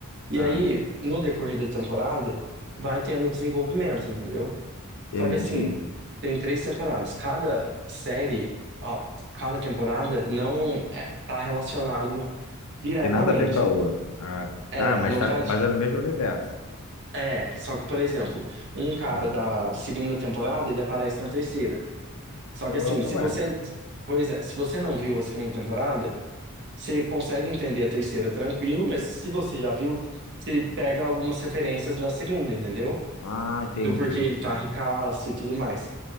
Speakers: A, on the right; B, on the left.
A: E
B: Ah,
A: aí, no decorrer da temporada, vai tendo desenvolvimento, entendeu?
B: entendi.
A: Só que assim, tem três temporadas. Cada série, ó, cada temporada não é, tá relacionado diretamente.
B: Tem nada a ver com a outra. Ah,
A: É,
B: ah mas,
A: não
B: tá,
A: tá. de-
B: mas é no mesmo universo.
A: É, só que, por exemplo, um cara
B: Ah,
A: da segunda temporada, ele aparece na terceira. Só
B: pô,
A: que assim, se
B: ah, ué.
A: você, pois é, se você não viu a segunda temporada, você consegue entender a terceira tranquilo, mas se você já viu, você pega algumas referências da segunda, entendeu?
B: Ah, entendi,
A: Do porquê ele
B: entendi.
A: tá ricaço e tudo mais.